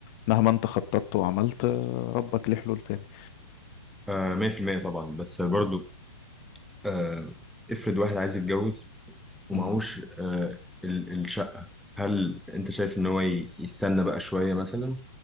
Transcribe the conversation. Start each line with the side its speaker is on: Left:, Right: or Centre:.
Left: مهما انت خططت وعملت آه، ربك ليه حلول تاني
Centre: آه 100% طبعا بس برضو آه افرض واحد عايز يتجوز ومعهوش
Left: مم.
Centre: آه ال... الشقه هل انت شايف ان هو ي... يستنى بقى شويه مثلا